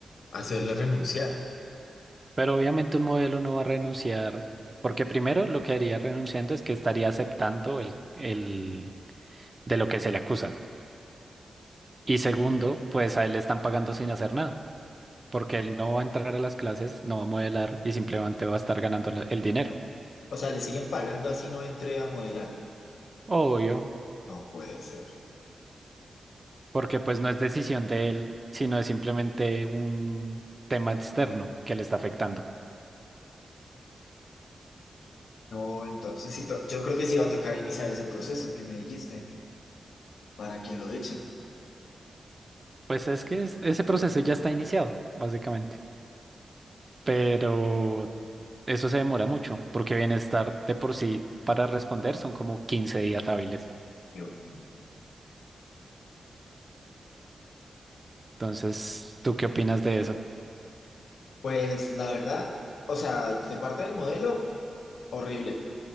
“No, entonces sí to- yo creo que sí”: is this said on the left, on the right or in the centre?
Left